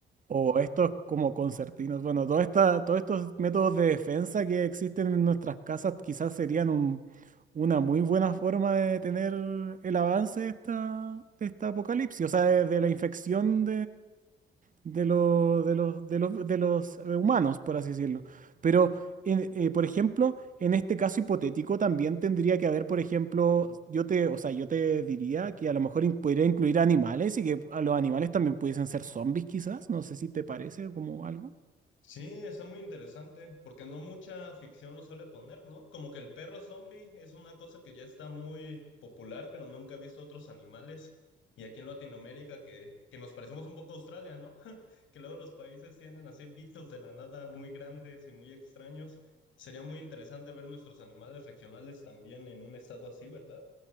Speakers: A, on the right; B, on the left.
A: o estos como concertinos, bueno, toda esta- todos estos métodos de defensa que existen en nuestras casas quizás serían un- una muy buena forma de tener el avance de esta, de esta apocalipsis, o sea, de, de la infección de los, de los, de los, de los eh, humanos, por así decirlo. Pero, en- eh, por ejemplo, en este caso hipotético también tendría que haber, por ejemplo, yo te, o sea, yo te diría que a lo mejor in- podría incluir animales y que a los animales también pudiesen ser zombies, quizás. No sé si te parece como algo.
B: Sí, está muy interesante, porque no mucha ficción lo suele poner, ¿no? Como que el perro zombie es una cosa que ya está muy popular, pero nunca he visto otros animales. Y aquí en Latinoamérica, que, que nos parecemos un poco a Australia, ¿no? <laughs> Que luego los países tienen así bichos de la nada muy grandes y muy extraños. Sería muy interesante ver nuestros animales regionales también en un estado así, ¿verdad?